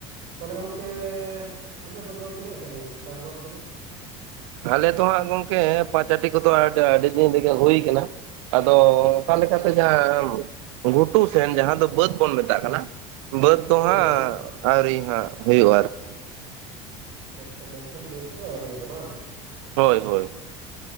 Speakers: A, on the right; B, on the right.
A: ᱛᱟᱦᱚᱞᱮ ᱜᱚᱝᱠᱮ ᱟᱯᱮ ᱠᱚᱫᱚ ᱛᱤᱱᱟᱹᱜ ᱥᱟᱸᱜᱤᱧ ᱪᱟᱥᱵᱟᱥ ᱠᱚᱫᱚ
B: ᱟᱞᱮ ᱫᱚ ᱦᱟᱸᱜ ᱜᱚᱝᱠᱮ ᱯᱟᱸᱪᱟᱴᱤ ᱠᱚᱫᱚ ᱟᱹᱰᱤ ᱫᱤᱱ ᱨᱮᱜᱮ ᱦᱳᱭ ᱠᱟᱱᱟ ᱟᱫᱚ ᱚᱱᱠᱟ ᱞᱮᱠᱟ ᱛᱮ ᱡᱟᱦᱟᱸ ᱜᱷᱩᱴᱩ ᱥᱮᱱ ᱡᱟᱦᱟᱸ ᱫᱚ ᱵᱟᱹᱫᱽ ᱵᱚᱱ ᱢᱮᱛᱟᱜ ᱠᱟᱱᱟ ᱵᱟᱹᱫᱽ ᱫᱚ
A: ᱦᱳᱭ
B: ᱦᱟᱸᱜ
A: ᱦᱳᱭ
B: ᱟᱹᱣᱨᱤ ᱦᱟᱸᱜ ᱦᱩᱭᱩᱜᱼᱟ ᱟᱨᱠᱤ
A: ᱟᱪᱪᱷᱟ ᱢᱮᱱᱠᱷᱟᱱ ᱵᱟᱹᱫᱽ ᱫᱚ ᱟᱹᱣᱨᱤᱭᱜᱼᱟ ᱵᱟᱝ?
B: ᱦᱳᱭ ᱦᱳᱭ